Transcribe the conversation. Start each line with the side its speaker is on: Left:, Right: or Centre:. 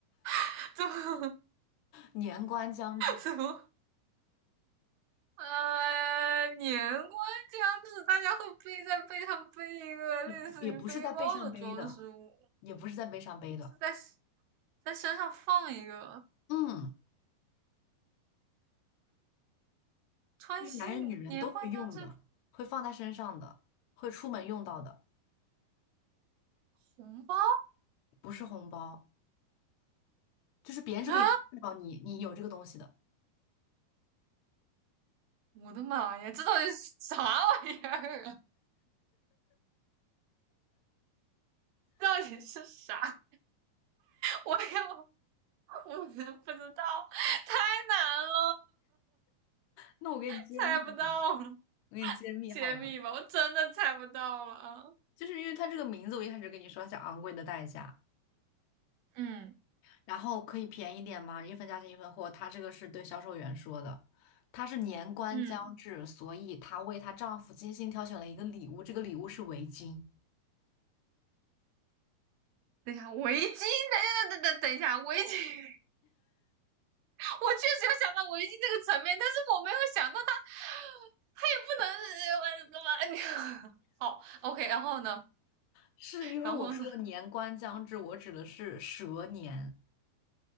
Right: <laughs> 怎么
Left: 年关将至，
Right: 怎么呃，年关将至，大家会背在背上背一个类似于背包的装饰物，
Left: 也也不是在背上背的，也不是在背上背的，
Right: 是在在身上放一个。
Left: 嗯，
Right: 川西年关将至，
Left: 就是男人女人都会用的，会放在身上的，会出门用到的，
Right: 红包
Left: 不是红包，就是别人是可以看到你你有这个东西的。
Right: 啊！我的妈呀，这到底是 <laughs> 啥玩意儿啊？这到底是啥？我也我真不知道，太难了，
Left: 那我给你揭秘嘛，
Right: 猜不到了，
Left: 我给你揭秘好了，
Right: 揭秘吧，我真的猜不到了啊
Left: 就是因为它这个名字，我一开始跟你说它叫昂贵的代价，
Right: 嗯
Left: 然后可以便宜点吗？一分价钱一分货，它这个是对销售员说的，她是年关将至，
Right: 嗯，
Left: 所以她为她丈夫精心挑选了一个礼物，这个礼物是围巾，
Right: 等一下，围巾，等等等等等一下，围巾，<laughs> 我确实有想到围巾这个层面，但是我没有想到它，它也不能，我怎么？<laughs> 好，OK，然后呢？
Left: 是因为我说了年关将至，
Right: 然后呢？
Left: 我指的是蛇年，